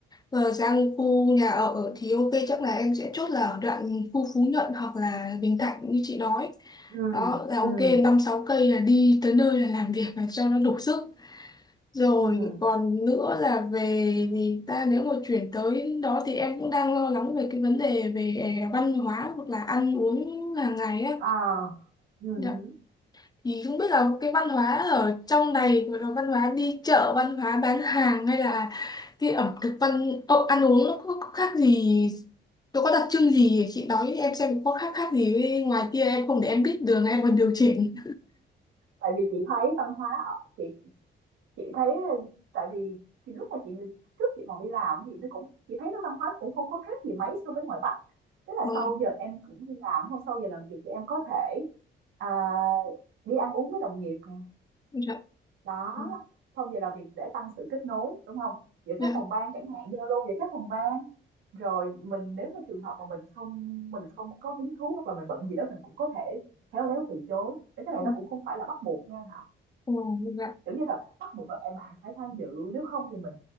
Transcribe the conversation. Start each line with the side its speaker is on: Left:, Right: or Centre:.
Left: Rồi sang khu nhà ở thì ok chắc là em sẽ chốt là ở đoạn khu Phú Nhuận hoặc là Bình Thạnh như chị nói
Right: ừm,
Left: đó là
Right: ừm,
Left: ok năm sáu cây là đi tới nơi là làm việc là cho nó đủ sức rồi
Right: ừm,
Left: còn nữa là về thì ta nếu mà chuyển tới đó thì em cũng đang lo lắng về cái vấn đề về văn hóa hoặc là ăn uống hàng ngày á
Right: à, ừm
Left: Dạ
Right: hứm,
Left: thì không biết là cái văn hóa ở trong này rồi là văn hóa đi chợ văn hóa bán hàng hay là cái ẩm thực văn Ồ, ăn uống nó có, có khác gì nó có đặc trưng gì chị nói em xem có khác khác gì với ngoài kia em không để em biết đường em còn điều chỉnh
Right: Tại vì chị thấy văn hóa ở chị chị thấy tại vì thì lúc mà chị trước chị còn đi làm thì nó cũng chị thấy nó văn hóa cũng không có khác gì mấy so với ngoài Bắc. Tức là
Left: ờ
Right: sau giờ em cũng đi làm, không sau giờ làm việc thì em có thể, à, đi ăn uống với đồng nghiệp nè,
Left: dạ
Right: đó
Left: ờ,
Right: sau giờ làm việc để tăng sự kết nối đúng không giữa
Left: dạ
Right: các phòng ban chẳng hạn giao lưu giữa các phòng ban rồi mình nếu mà trường hợp mà mình không mình không có hứng thú hoặc là mình bận gì đó mình cũng có thể khéo léo từ chối Thế cái này
Left: ừ,
Right: nó cũng không phải là bắt buộc nha Thảo
Left: ờ, dạ
Right: kiểu như là bắt buộc là em bạn phải tham dự nếu không thì mình